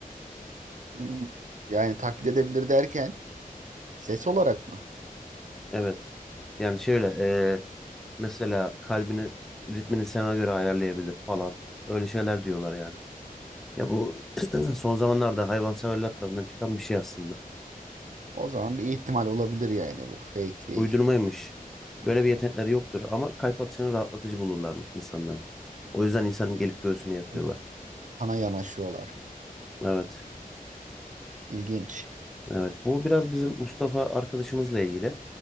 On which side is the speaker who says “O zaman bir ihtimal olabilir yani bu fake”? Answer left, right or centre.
Right